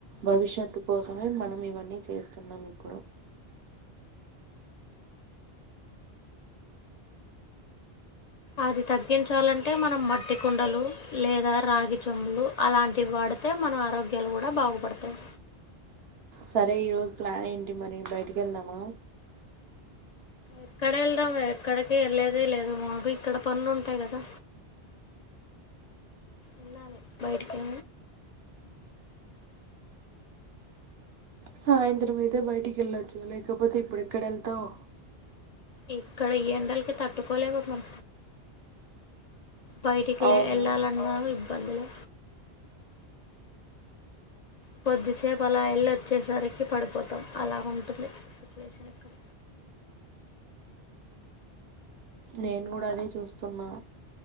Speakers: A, on the right (about 70°); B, on the left (about 50°).
A: భవిష్యత్తు కోసమే మనం ఇవన్నీ చేస్తున్నాం ఇప్పుడు
B: అది తగ్గించాలంటే మనం మట్టి కుండలు లేదా రాగిచొమ్ములు అలాంటివి వాడితే మన ఆరోగ్యాలు కూడా బాగుపడతాయి
A: సరే ఈరోజు ప్లాన్ ఏంటి మరి బయటికి వెళ్దామా
B: ఎక్కడ వెళ్దాం ఎక్కడికి వెళ్ళేది లేదు మాకు ఇక్కడ పన్నులు ఉంటాయి కదా వెళ్లాలా బయటకి
A: సాయంత్రం అయితే బయటికి వెళ్ళొచ్చు లేకపోతే ఇప్పుడెక్కడ వెళ్తావ్
B: ఇక్కడ ఈ ఎండలకి తట్టుకోలేపోతనం బయటికిలే
A: అవును
B: ఎలాలన్న పంద్ లో కొద్దిసేపు అలా ఎల్లీ వచ్చేసరికి పడిపోతాం అలా ఉంటుంది సిట్యుయేషన్ ఇక్కడ
A: నేను కూడా అదే చూస్తున్నా